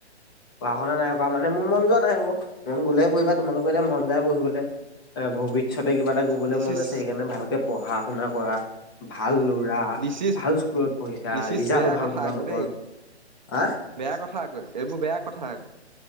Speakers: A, on the left; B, on the right.
A: পঢ়া শুনা নাই কৰা মান মোৰ মন যোৱা নাই আকৌ মন গলে পঢ়িবা তোমোকৰ এতিয়া মন যায় পঢ়িবলৈ এ ভৱিষ্যতে কিবা এটা কৰিবলৈ
B: দিছ
A: মন
B: ইজ
A: আছে সেইকাৰণে ভালকে পঢ়া শুনা কৰা ভাল ল'ৰা,
B: দিছ ইজ
A: ভাল স্কুলত পঢ়িছা,
B: দিছ ইজ
A: ৰিজাল্ট
B: বেয়া
A: ভাল
B: কথা
A: তোমালোকৰ
B: আকৌ দেই
A: হ
B: বেয়া কথা আকৌ এইবোৰ বেয়া কথা আকৌ